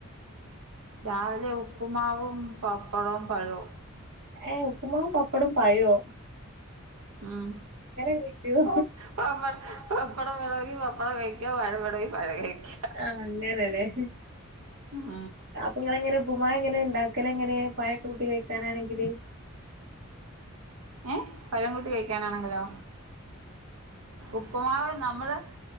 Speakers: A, on the right (about 80°); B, on the right (about 65°).
A: രാവിലെ ഉപ്പുമാവും പപ്പടവും പഴവും
B: ഏ ഉപ്പ്മാവും പപ്പടും പഴവോ
A: ഉം
B: കഴിക്കോ
A: പപ്പട പപ്പട വേണോഗി പപ്പ പപ്പട കഴിക്കാ പഴോവേണോഗി പഴ കഴിക്ക
B: ആഹ് അങ്ങനെല്ലേ
A: ഉം
B: നിങ്ങളെങ്ങനെ ഉപ്പു മാവ് എങ്ങനെ ഇണ്ടാക്കല എങ്ങനെ പായക്ക കൂട്ടി കഴിക്കാനാണെങ്കില്
A: ഏ പഴംകൂട്ടി കഴിക്കാനാണെങ്കിലോ ഉപ്പമാവ് നമ്മള്